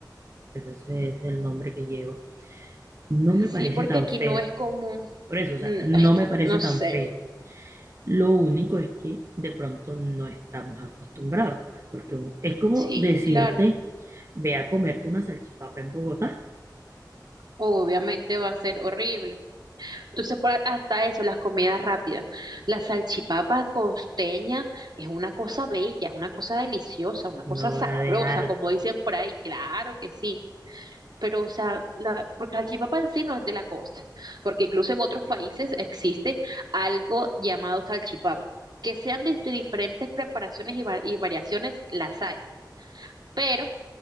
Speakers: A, on the right; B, on the right.
A: Pues ese es el nombre que llevo. No me
B: Sí,
A: parece
B: porque
A: tan
B: aquí
A: fea.
B: no es común.
A: Por eso,
B: Mm,
A: o sea, no
B: Es que
A: me parece
B: no
A: tan
B: sé.
A: fea. Lo único es que de pronto no estamos acostumbrados, pues, porque es como
B: Sí,
A: decirte,
B: claro.
A: ve a comerte una salchipapa en Bogotá,
B: Obviamente va a ser horrible. Entonces, por a- hasta eso, las comidas rápidas. La salchipapa costeña es una cosa bella, es una cosa deliciosa, una cosa
A: una
B: sabrosa,
A: obra de arte,
B: como dicen por ahí. Claro que sí. Pero, o sea, la, porque la salchipapa en sí no es de la costa, porque incluso en otros países existe algo llamado salchipapa. Que sean de diferentes preparaciones y va- y variaciones, las hay. Pero